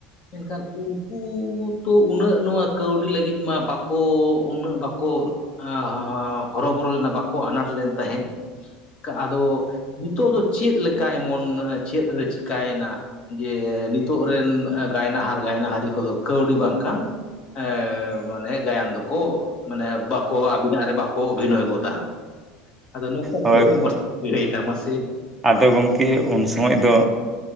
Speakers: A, on the left; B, in the centre.
A: ᱢᱮᱱᱠᱷᱟᱱ ᱩᱱᱠᱩ ᱛᱚ ᱩᱱᱟᱹᱜ ᱱᱚᱣᱟ ᱠᱟᱹᱣᱰᱤ ᱞᱟᱹᱜᱤᱫ ᱢᱟ ᱵᱟᱠᱚ ᱩᱱᱟᱹᱜ ᱵᱟᱠᱚ ᱦᱟᱻ ᱦᱚᱨᱚᱵᱚᱨᱚ ᱞᱮᱱᱟ ᱵᱟᱠᱚ ᱟᱱᱟᱴ ᱞᱮᱱ ᱛᱟᱦᱮᱸᱫ ᱟᱫᱚ ᱱᱤᱛᱚᱜ ᱫᱚ ᱪᱮᱫ ᱞᱮᱠᱟ ᱮᱢᱚᱱ ᱪᱮᱫ ᱨᱮ ᱪᱮᱠᱟᱭᱮᱱᱟ ᱡᱮ ᱱᱤᱛᱚᱜ ᱨᱮᱱ ᱜᱟᱭᱱᱟᱦᱟᱨ ᱜᱟᱭᱱᱟᱦᱟᱹᱨᱤ ᱠᱚᱫᱚ ᱠᱟᱹᱣᱰᱤ ᱵᱟᱝᱠᱷᱟᱱ ᱮᱸ ᱢᱟᱱᱮ ᱜᱟᱭᱟᱱ ᱫᱚᱠᱚ ᱢᱟᱱᱮ ᱵᱟᱠ ᱠᱚ ᱟᱵᱤᱱᱟᱜ ᱨᱮ ᱵᱟᱠᱚ ᱚᱵᱷᱤᱱᱚᱭ ᱜᱚᱫᱟ ᱟᱫᱚ ᱱᱚᱝᱠᱟ
B: ᱦᱳᱭ
A: ᱪᱮᱫ ᱠᱚ <unintelligible> ᱠᱟᱹᱭ ᱫᱟ ᱢᱟᱥᱮ
B: ᱟᱫᱚ ᱜᱚᱢᱠᱮ ᱩᱱᱥᱚᱢᱚᱭ ᱫᱚ